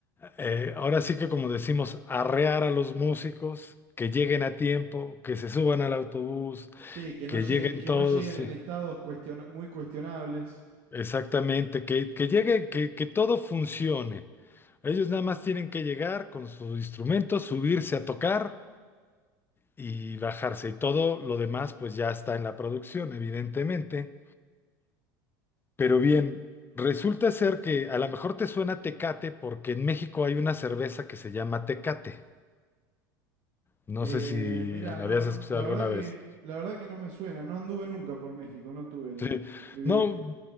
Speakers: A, on the left; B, on the right.
A: eh, ahora sí que como decimos, arrear a los músicos, que lleguen a tiempo, que se suban al autobús,
B: Sí, que no
A: que
B: llegue-
A: lleguen
B: que
A: todos,
B: no lleguen
A: sí.
B: en estados cuestiona- muy cuestionables.
A: Exactamente, que, que llegue, que, que todo funcione. Ellos nada más tienen que llegar con su instrumento, subirse a tocar y bajarse. Y todo lo demás pues ya está en la producción, evidentemente. Pero bien, resulta ser que a lo mejor te suena Tecate porque en México hay una cerveza que se llama Tecate. No
B: Eh,
A: sé si
B: mira,
A: la
B: no,
A: habías
B: no,
A: escuchado
B: la
A: alguna
B: verdad que,
A: vez.
B: la verdad que no me suena, no anduve nunca por México, no tuve el
A: Sí.
B: el privilegio.
A: No,